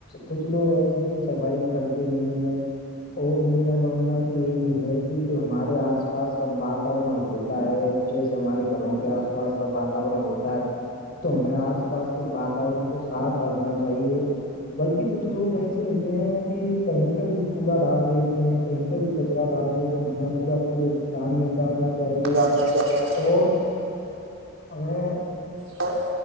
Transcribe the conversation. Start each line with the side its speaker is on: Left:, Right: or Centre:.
Left: کچھ لوگ ایسے ہیں کہ صفائی کرتے نہیں ہے اور میرا ماننا تو یہی ہے کہ جو ہمارے آس پاس کا واتورن ہوتا ہو ہے جیسے ہمارے گھروں کے آس پاس کا واتورن ہوتا ہے تو ہمیں آس پاس کے واتورن کو صاف رکھنا چاہیے بلکہ کچھ لوگ ایسے ہوتے ہیں کہ کہیں پہ بھی کوڑا ڈال دیتے ہیں کہیں پہ بھی کچرا ڈال دیتے ہمیں کوڑا کوڑ دان میں ڈالنا چاہیے
Right: نا کیا <inaudible>
Left: اور ہمیں
Right: تو <inaudible>